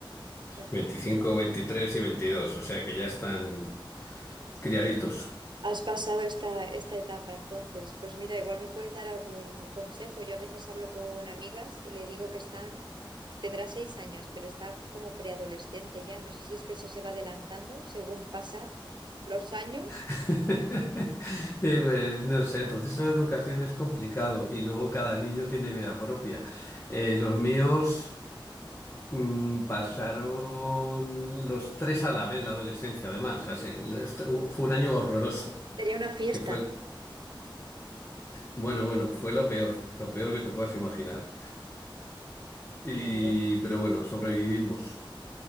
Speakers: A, on the right; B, on the left.
A: Ostras.
B: veinticinco,
A: <laughs>
B: 23 y 22. o sea que ya están criaditos.
A: Has pasado esta, esta etapa entonces. Pues mira, igual me puedes dar algún consejo. Yo a veces hablo con amigas y le digo que están, tendrá seis años, pero está como preadolescente ya. No sé si es que eso se va adelantando según pasa los años.
B: <laughs> Eh, me- No sé, el proceso de educación es complicado y luego cada niño tiene vida propia. Eh, los míos mm, pasaron los tres a la vez la adolescencia, además. O sea, se- les- fue un año horroroso,
A: Sería una fiesta.
B: que fue el Bueno, bueno, fue lo peor, lo peor que te puedas imaginar. Y,
A: Madre
B: pero bueno, sobrevivimos.